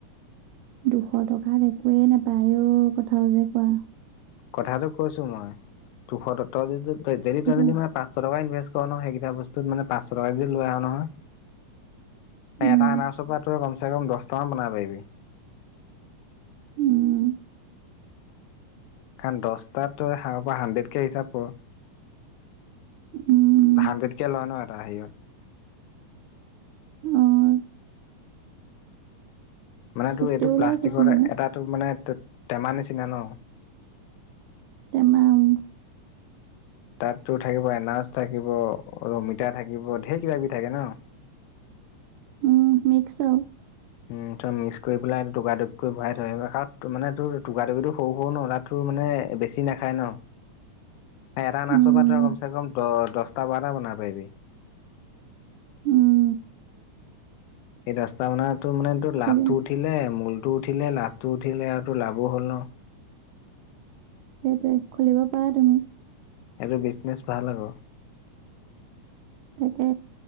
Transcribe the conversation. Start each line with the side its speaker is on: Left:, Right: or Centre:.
Right: দুশ টকাত একোৱেই নাপায় ও কথাও যে কোৱা।
Left: কথাটো কৈছো মই দুশ তই যদি তই ডেইলী তই
Right: যে
Left: যদি মই পচ- ছ টকাকে ইনভেষ্ট কৰ নহয় সেইকেইটা বস্তুত মানে পাঁশ টকাকে যদি লৈ আহ নহয়,
Right: উম,
Left: এটা এনাৰচৰপৰাই টোৰ কম চে কম দশটা মান বনাব পাৰিবি।
Right: উম,
Left: কাৰণ দশটাত তই হাণ্ড্ৰেত কে হিচাপ কৰ।
Right: উম,
Left: হাণ্ড্ৰেড কে লয় নহয় এটা হাৰিয়ত।
Right: অঁ
Left: মানে
Right: ফিফটিও
Left: তোৰ এইটো প্লাষ্টিকৰ
Right: লয় কিছুমানে
Left: এটা তুৰ মানে টে টেমাৰ নিচিনা ন।
Right: তেমা উম।
Left: তাত তোৰ থাকিব এনাজ থাকিব অমিতা থাকিব ধেৰ কিবা কিবি থাকে ন।
Right: উম মিক্স আও।
Left: উম ত মিক্স কৰি পেলাই টুকা টোক কৰি ভৰাই থৈ ক কাৰন মানে তোৰ টুকা টুকিটো সৰু সৰু ন তাত- টো মানে বেছি নাখায় ন, এটা অনাৰসৰ
Right: উম,
Left: পৰাই তই কম চে কম দ দশটা বাৰটা বনাব পাৰিবি।
Right: উম,
Left: সেই দশটা মানে তৰ মানে তৰ
Right: খুলি
Left: লাভটো উঠিলে মূলটো উঠিলে লাডটো উঠিলে আৰু তৰ লাভো হ'ল ন।
Right: সেইটোৱে খুলিব পাৰা তুমি।
Left: এইটো বিজনেচ ভাল আকৌ।
Right: তাকে।